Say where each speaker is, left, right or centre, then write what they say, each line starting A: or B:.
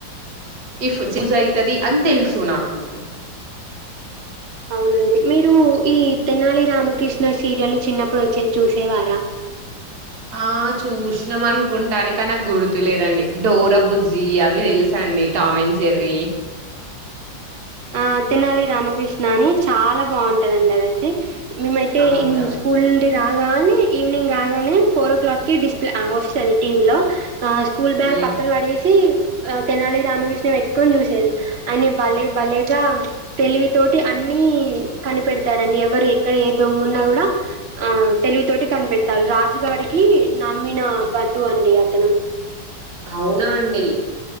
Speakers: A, on the right; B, on the right.
A: ఇఫ్ చూజ్ అవుతుది అని తెలుసు నాకు
B: అండి మీరు ఈ త్తెనాలి రామకృష్ణ సీరియల్ చిన్నప్పుడు వచ్చేది చసేవారా
A: ఆ చూసినాం అనుకుంటాను కాని నాకు గుర్తులేదండి డోర బుజ్జి అవి తెలుసా అండి టామ అం చెర్రీ
B: ఆ తినాలి రామకృష్ణ అని చాలా బాగుంటదండి అదయితే మేమయితే
A: అవునా
B: ఇ స్కూల్ నుండి రా రాగానే ఈవినింగ్ కాగానే ఫోర్ ఓ క్లాక్కిి డిస్ప్లే వస్తుంది టీవీలో ఆ స్కూల్ బ్యాగ్
A: ఉమ్
B: పక్కన పడేసి ఆ తెనాలి రామకృష్ణ పెట్టుకొని చూసేది అని బల్లే బల్లే గా తెలివి తోటి అన్ని కనిపెడతాడుడి ఎవరు ఎక్కడ ఏ దొంగ ఉన్నా కూడా ఆ తెలివి తోటి కనిపెడతాడు రాజుగారికి నమ్మిన బటు అండి అతను
A: అవునా అండి